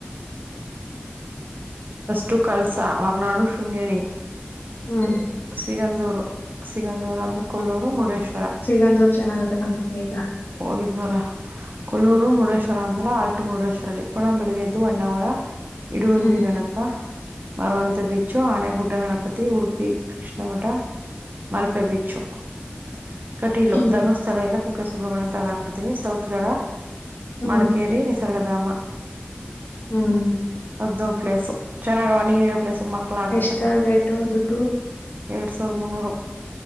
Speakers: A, on the right; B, on the left.
A: ಫಸ್ಟು ಕಲ್ಸಾ ಹೊರ್ನಾಡು ಶೃಂಗೇರಿ
B: ಹ್ಮ್
A: ಸಿಗಂದುರ್ ಸಿಗಂಧೂರು ಅಂದ್ಮೇಲೆ ಕೊಲ್ಲೂರು ಮುರುಡೇಶ್ವರ್
B: ಸಿಗಂದೂರ್ ಚೆನ್ನಾಗತಕ್ಕಂತ ಈಗ
A: ಹೋಗಿದ್ವಲ್ಲ ಕೊಲ್ಲೂರು ಮುರುಡೇಶ್ವರ ಅಂದ ಆಲ್ಟ ಮೂರುಡೇಶ್ವಲ್ಲಿ ಇಪ್ಪು ನಮ್ಮ ಬೆಳಗ್ಗೆದ್ದ ಒನ್ ಅವರ ಇಡುಗಂಜಿಗಣಪ್ಪ
B: ಹ್ಮ್
A: ಮರುವಂತ ಬೀಚ್ಚು ಆನೆಗುಡ್ಡ ಗಣಪತಿ ಉಡುಪಿ ಕೃಷ್ಣಮಠ ಮಲ್ಪೆ ಬೀಚು. ಹ್. ಕಟಿಲೋ
B: ಹ್ಮ್
A: ಧರ್ಮಸ್ಥಳ ಎಲ್ಲ ಕುಕ್ಕಸುಬ್ರ್ ಸುಬ್ರಹ್ಮಣ ತೆಗ್ದಾಕ್ಬಿಡ್ತೀವಿ. ಸೌತ್ ಗಡ
B: ಹ್ಮ್
A: ಮಡಿಕೇರಿ ನಿಸರ್ಗಧಾಮ.
B: ಹ್ಮ್.
A: ಒದ ನಡ್ ಪ್ಲೇಸ್ ಚನ್ನಾಗವ ನೀರಿನ ಪ್ಲೇಸ್ ಮಕ್ಕಳ್ ಆಟಾಡ್ಸಕ.
B: ಎಷ್ಟ ರೇಟು ದುಡ್ಡು
A: ಎರಡು ಸಾವಿರದ್ ಮುನ್ನೂರು.